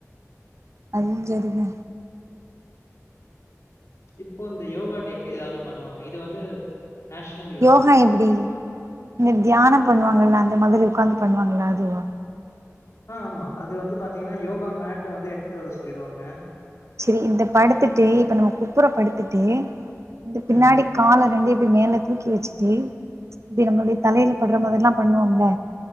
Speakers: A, on the right (about 60°); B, on the left (about 65°).
A: அதுவுஞ் செரி தே
B: இப்போ இந்த யோகா டேக்கு ஏதாது பண்ணுவாங்க இது வந்து நேஷனல்
A: யோகா
B: டே.
A: எப்டி இந்த தியானம் பண்ணுவாங்கல்ல அந்த மாதிரி உட்காந்து பண்ணுவாங்களா அதுவா
B: ஆஹ் ஆமா அது வந்து பாத்தீங்கன்னா யோகா மேட்ட வந்து எடுத்துட்டு வர சொல்லிடுவாங்க
A: செரி இந்த படுத்துட்டு இப்ப நம்ம குப்புற படுத்துட்டு இந்த பின்னாடி
B: ம்.
A: கால ரெண்டயு ப்டி மேல தூக்கி வச்சுட்டு இப்டி நம்மளுடைய தலைல படுற மாதரி எல்லா பண்ணுவோம்ல